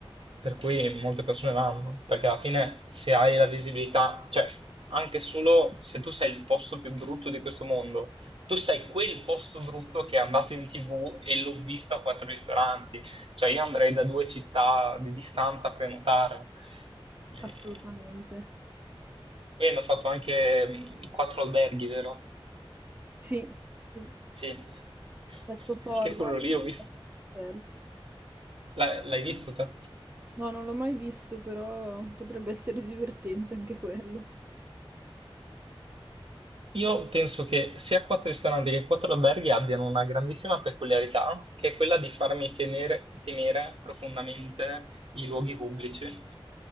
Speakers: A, on the right (about 70°); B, on the right (about 20°).
A: per cui molte persone vanno, perché alla fine se hai la visibilità, cioè anche solo se tu sei il posto più brutto di questo mondo, tu sei quel posto brutto che è andato in TV e l'ho visto a quattro ristoranti, cioè io andrei da due città di distanza a prenotare. Eh,
B: Assolutamente.
A: Poi hanno fatto anche mm, quattro alberghi, vero?
B: Sì, sì.
A: Sì, <laughs>
B: Stesso format.
A: anche quello lì ho visto.
B: Certo.
A: L'ha- L'hai visto te?
B: No, non l'ho mai visto, però potrebbe essere divertente anche quello.
A: Io penso che sia quattro ristoranti che quattro alberghi abbiano una grandissima peculiarità, che è quella di farmi tenere- temere profondamente i luoghi pubblici.